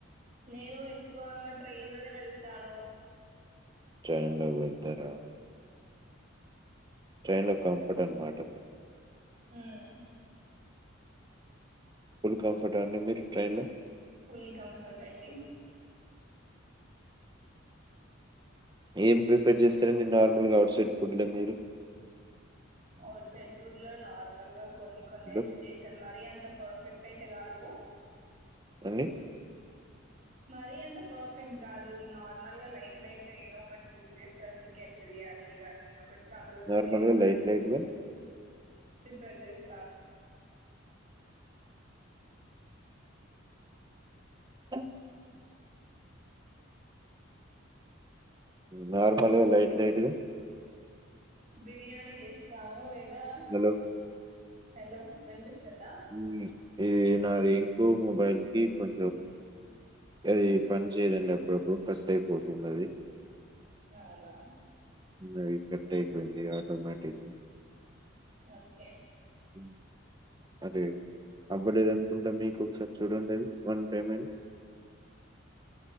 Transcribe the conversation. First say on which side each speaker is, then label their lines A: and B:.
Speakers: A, on the right (about 35°); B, on the right (about 20°).
A: నేను ఎక్కువ ట్రైన్ లోనే వెళ్తాను
B: టైన్లో వెళ్తేరా ట్రైన్ లో కంఫర్ట్ అన్నమాట
A: ఉమ్
B: ఫుల్ కంఫర్టా అండి మీరు ట్రైన్‌లో?
A: ఫుల్ కంఫర్ట్ అండి
B: ఏం ప్రిపేర్ చేస్తారండి నార్మల్గా అఔట్సైడ్ ఫుడ్ల మీరు
A: ఔట్సైడ్ సైడ్ ఫుడ్ లో నార్మల్ గా కొన్ని కొనే
B: హలో!
A: చేస్తాను మరి అంత పర్ఫెక్ట్ అయితే కాదు
B: అండి
A: మరి అంత పర్ఫెక్ట్ కాదు నార్మల్ గా లైట్ లైట్ గా ఏదో ఒకటి కుక్ చేస్తారు చికెన్ బిర్యా నీ గానీ ఒక తందుూర
B: నార్మల్‌గా
A: చికెన్ గాని
B: లైట్ లైట్‌గా?
A: ప్రిపేర్ చేస్తా
B: అ నార్మల్గా లైట్ లైట్గా
A: బిర్యానీ చేస్తాను లేదా
B: హలో!
A: హలో వినిపిస్తు ందా
B: హ్మ్. ఇది నాది ఇంకో మొబైల్ కి కొం అది పని చేయడండి అప్పుడప్పుడు కష్టట్ అయిపోతుంటాది
A: అవునా
B: అవి కట్ అయిపోయింది ఆటోమేటిక్
A: ఓకే
B: హ్మ్. అదే అవ్వలేదు అనుకుంటా మీకు ఒకసారి చూడండిది వన్ పేమెంట్ అని